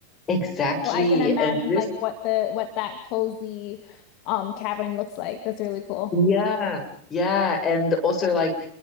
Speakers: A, on the left; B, on the left.
A: exactly.
B: So I can imagine
A: And this
B: like what the what that cozy um cavern looks like. That's really cool.
A: Yeah, yeah, and also like